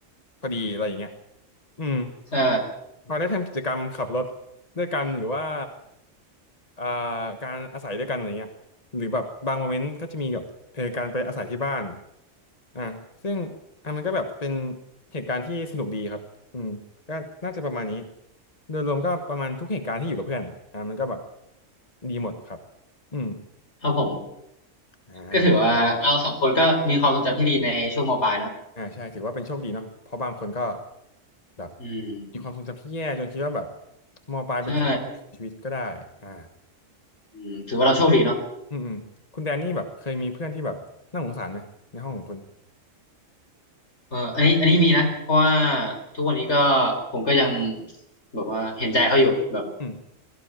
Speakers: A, on the left (about 30°); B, on the left (about 55°).
A: พอดีอะไรอย่างเงี้ยอืม
B: ใช่
A: พอได้ทำกิจกรรมขับรถด้วยกันหรือว่า อ่าการอาศัยด้วยกันอะไรเงี้ยหรือแบบบางโมเมนต์ก็จะมีแบบเออการไปอาศัยที่บ้านอ่าซึ่งอ่ะมันก็แบบเป็นเหตุการณ์ที่สนุกดีครับอืมก็น่าจะประมาณนี้โดยรวมก็ประมาณทุกเหตุการณ์ที่อยู่กับเพื่อนอ่ามันก็แบบดีหมดครับอืม
B: ครับผม
A: อ่า
B: ก็ถือว่าเราสองคนก็มีความทรงจำที่ดีในช่วงมปลายเนอะ
A: อ่าใช่ถือว่าเป็นโชคดีเนาะเพราะบางคนก็แบบ
B: อืม
A: มีความทรงจำที่แย่จนคิดว่าแบบมปลายเป็นช่วงชีวิตก็ได้อ่า
B: ใช่อืมถือว่าเราโชคดีเนาะ
A: อืมอืมคุณแดนนี่แบบเคยมีเพื่อนที่แบบน่าสงสารไหมในห้องของคุณ
B: เอออันนี้อันนี้มีนะเพราะว่าทุกวันนี้ก็ผมก็ยังแบบว่าเห็นใจเขาอยู่แบบ
A: อืม